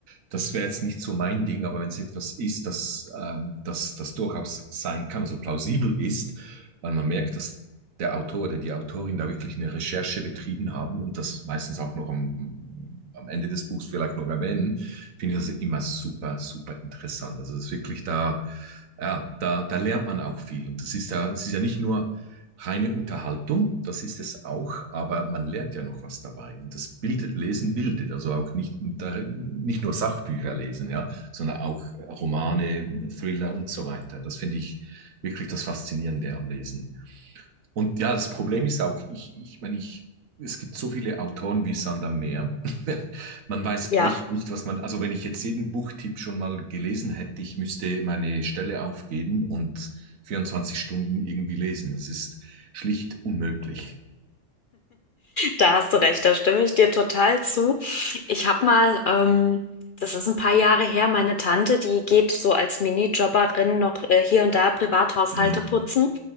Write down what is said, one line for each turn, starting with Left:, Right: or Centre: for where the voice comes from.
Right: das wäre jetzt nicht so mein Ding, aber wenn es etwas ist, das, ähm, das, das durchaus sein kann, also plausibel ist, weil man merkt, dass der Autor oder die Autorin da wirklich eine Recherche betrieben haben und das meistens auch noch am, am Ende des Buchs vielleicht noch erwähnen, finde ich das immer super, super interessant. Also es ist wirklich da, ja, da, da lernt man auch viel. Und das ist ja, es ist ja nicht nur reine Unterhaltung, das ist es auch, aber man lernt ja noch was dabei. Und das bildet, Lesen bildet, also auch nicht, nicht nur Sachbücher lesen, ja, sondern auch Romane, Thriller und so weiter. Das finde ich wirklich das Faszinierende am Lesen. Und ja, das Problem ist auch, ich, ich meine, ich, es gibt so viele Autoren wie Sand am Meer. Man weiß
Left: ja
Right: echt nicht, was man, also wenn ich jetzt jeden Buchtipp schon mal gelesen hätte, ich müsste meine Stelle aufgeben und 24 Stunden irgendwie lesen. Das ist schlicht unmöglich.
Left: Da hast du recht, da stimme ich dir total zu. Ich habe mal, ähm, das ist ein paar Jahre her, meine Tante, die geht so als Minijobberin noch äh, hier und da Privathaushalte
Right: Hm.
Left: putzen.